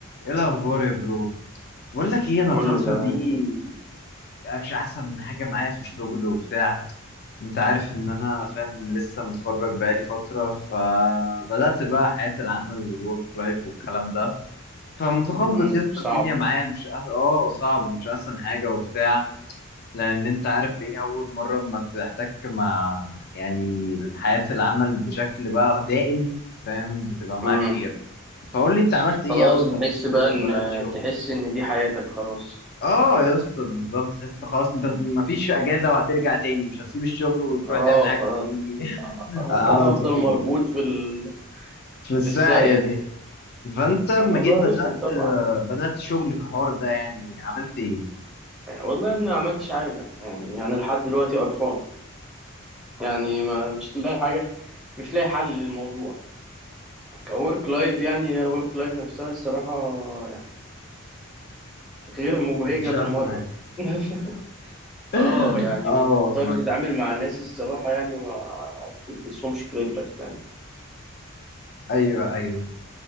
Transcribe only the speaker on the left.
ايه الاخبار يا برو بقول لك ايه انا
الفتره
دي
يعني مش احسن من حاجه معايا في الشغل وبتاع انت عارف ان انا فاهم لسه متخرج بقالي فتره فبدات بقى حياه العمل والورك لايف والكلام ده فمتخبط
يا اسطى
الدنيا معايا مش أح- اه صعب مش احسن حاجه وبتاع لان انت عارف ايه اول مره ما تحتك مع يعني حياه العمل بشكل بقى دائم فاهم بتبقى معاك
غير فقول لي انت عملت ايه
اول
ما جيت
بدات
شغل
اه يا اسطى بالظبط تحس إنت خلاص انت مفيش اجازه وهترجع تاني مش هتسيب الشغل وتروح
تعمل حاجه
وتيجي
<laughs> على
طول
في الساعه
دي
فانت لما
جيت
بدات
آه، بدات شغل في الحوار ده يعني عملت ايه؟
مش
احسن حاجه
<laughs>
اه
والله
ايوه ايوه